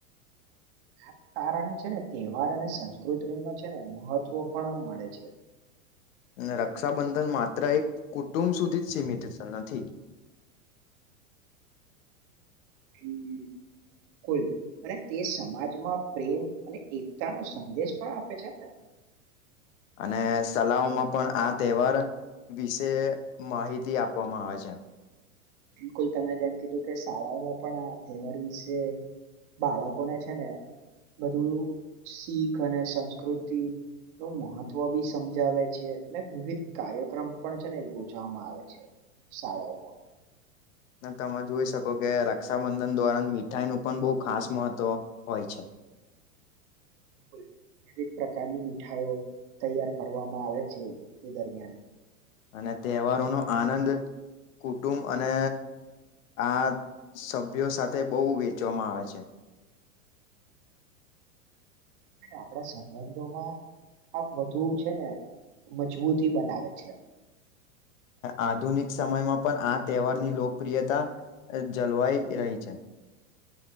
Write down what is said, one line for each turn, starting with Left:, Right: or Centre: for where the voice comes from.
Right: આ કારણે છે ને તહેવાર અને સંસ્કૃતિમાં છે ને મહત્વ પણ આ મળે છે.
Left: <unintelligible> અને રક્ષાબંધન માત્ર એક કુટુંબ સુધી જ સીમિત નથી. <unintelligible>
Right: હમ.
Left: <unintelligible>
Right: કુલ અને તે સમાજમાં પ્રેમ અને એકતા નો સંદેશ પણ આપે છે ને.
Left: અને સલાઓમાં પણ આ તહેવાર વિશે માહિતી આપવામાં આવે છે.
Right: બિલકુલ તમે જેમ કીધું કે શાળાઓમાં પણ આ તહેવાર વિશે બાળકોને છે ને બધું શીખ અને સંસ્કૃતિ નું મહત્વ બી સમજાવે છે અને વિવિધ કાર્યક્રમ પણ છે ને યોજવામાં આવે છે શાળાઓમાં
Left: તમે જોઈ શકો કે રક્ષાબંધન દ્વારા મીઠાઈ નું પણ બહુ ખાસ મહત્વ હોય છે <unintelligible>
Right: બિલકુલ, વિવિધ પ્રકારની મીઠાઈઓ તૈયાર કરવામાં આવે છે તે દરમિયાન
Left: અને તહેવારો નો આનંદ કુટુંબ અને આ સભ્યો સાથે બહુ વેચવામાં આવે છે
Right: આપણા સંબંધોમાં આ વધુ છે ને મજબૂત તી બનાવે છે
Left: આધુનિક સમયમાં પણ આ તહેવારની લોકપ્રિયતા જલવાઈ રહી છે